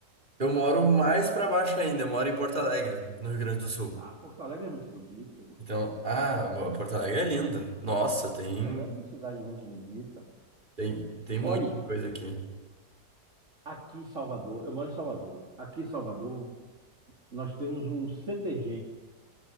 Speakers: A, on the right; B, on the right.
A: Eu moro mais pra baixo ainda, eu moro em Porto Alegre, no Rio Grande do Sul.
B: Ah, Porto Alegre é muito bonito.
A: Então, ah, bo- Porto Alegre é lindo. Nossa, tem,
B: Porto Alegre é uma cidade muito bonita.
A: tem, tem muita
B: Olhe,
A: coisa aqui.
B: aqui em Salvador, eu moro em Salvador. Aqui em Salvador, nós temos um CTG,